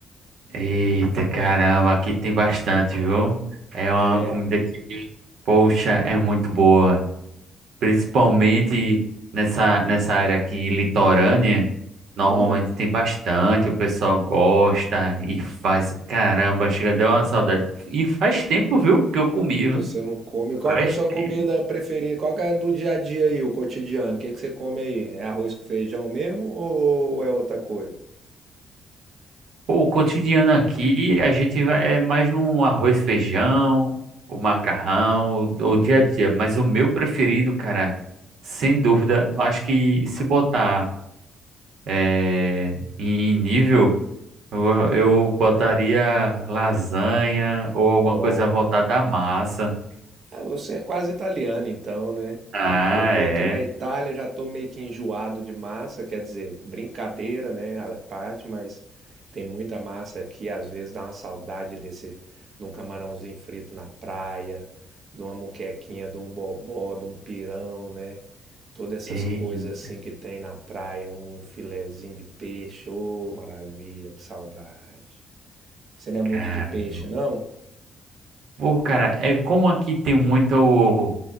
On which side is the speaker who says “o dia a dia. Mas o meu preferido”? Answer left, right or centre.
Right